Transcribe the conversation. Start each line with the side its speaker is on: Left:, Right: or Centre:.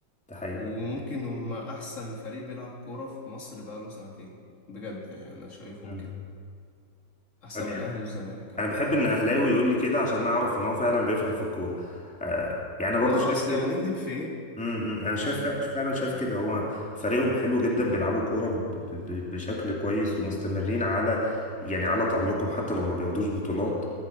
Centre: ده حقيقي
Left: وممكن هما أحسن فريق بيلعب كورة في مصر بقاله سنتين بجد يعني أنا شايفهم
Centre: مم.
Left: كده أحسن
Centre: انا
Left: من
Centre: بحب
Left: الأهلي والزمالك كمان
Centre: انا بحب ان اهلاوي يقول لي كده عشان اعرف ان هو فعلا بيفهم في الكوره آه يعني أنا برضو
Left: لا
Centre: شايف
Left: أصل
Centre: كده
Left: هنكدب في إيه
Centre: امم انا شايف
Left: يعني
Centre: فعلا
Left: ما
Centre: فعلاً شايف
Left: آه،
Centre: كده هو فريقهم حلو جدا بيلعبوا كوره ب- ب- ب- بشكل كويس ومستمرين على يعني على تألقهم حتى لو ما بياخدوش بطولات